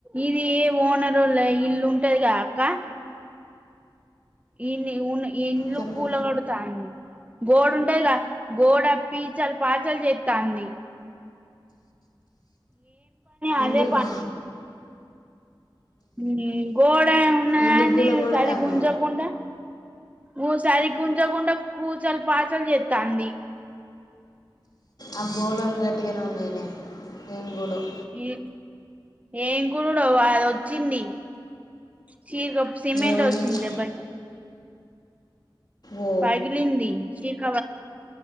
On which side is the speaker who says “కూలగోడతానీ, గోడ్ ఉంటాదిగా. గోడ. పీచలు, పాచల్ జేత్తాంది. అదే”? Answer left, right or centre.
Right